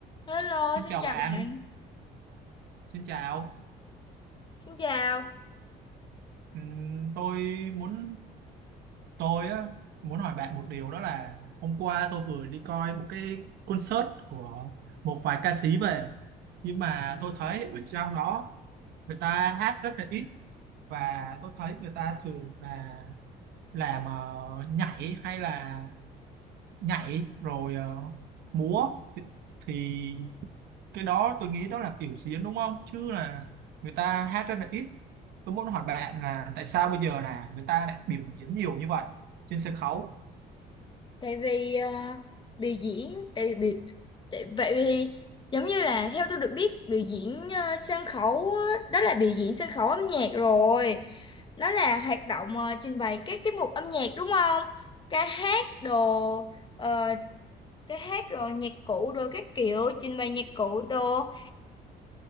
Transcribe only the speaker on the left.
Hello,
xin
chào
bạn.
Xin chào.
Tại vì ờ, biểu diễn, tại vì biểu, tại, vậy vì giống như là theo tôi được biết biểu diễn ờ, sân khấu á, đó là biểu diễn sân khấu âm nhạc rồi. Nó là hoạt động ờ, trình bày các tiết mục âm nhạc đúng không? Ca hát đồ, ờ, ca hát rồi nhạc cụ đồ các kiểu, trình bày nhạc cụ đồ.